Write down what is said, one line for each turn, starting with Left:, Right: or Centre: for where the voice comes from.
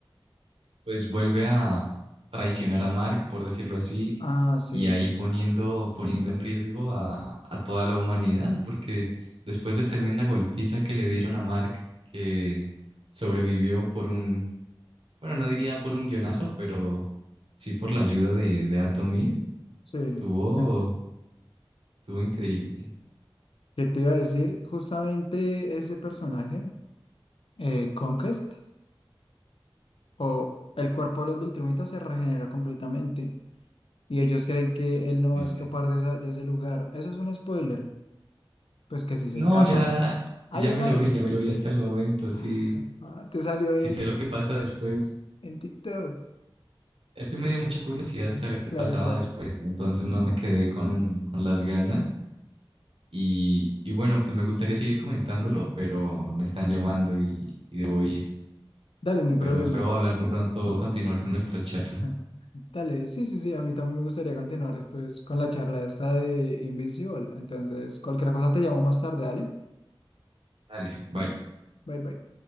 Right: Pues vuelve a traicionar a Mark, por decirlo así,
Left: Ah, sí,
Right: y ahí poniendo, poniendo en riesgo a, a toda la humanidad, porque después de tremenda golpiza que le dieron a Mark, que sobrevivió por un, bueno, no diría por un guionazo, pero sí por la ayuda de, de Atomir,
Left: sí.
Right: estuvo
Left: <laughs>
Right: Estuvo increíble.
Left: ¿Qué te iba a decir? Justamente ese personaje, eh, Conquest, o el cuerpo de los Viltrumitas se regenera completamente. y ellos creen que él no
Right: Sí.
Left: va a escapar de, esa- de ese lugar. Eso es un spoiler, pues que si se
Right: No,
Left: escapa.
Right: ya,
Left: Ah,
Right: ya
Left: ya
Right: me
Left: sabes.
Right: lo vi, ya me lo vi hasta el momento. Sí,
Left: Ah, ah, te salió
Right: sí
Left: en,
Right: sé lo que pasa después.
Left: en TikTok.
Right: Es que me dio mucha curiosidad
Left: Ah,
Right: saber qué
Left: claro,
Right: pasaba
Left: claro.
Right: después, entonces no me quedé con, con las ganas. Y, y bueno, pues me gustaría seguir comentándolo, pero me están llamando y, y debo ir.
Left: Dale, no hay problema.
Right: Pero espero hablar muy pronto, continuar con nuestra charla.
Left: Ah, Dale, sí, sí, sí, a mí también me gustaría continuar después con la charla esta de Invisible. Entonces, cualquier cosa te llamo más tarde, dale.
Right: Dale, bye.
Left: Bye, bye.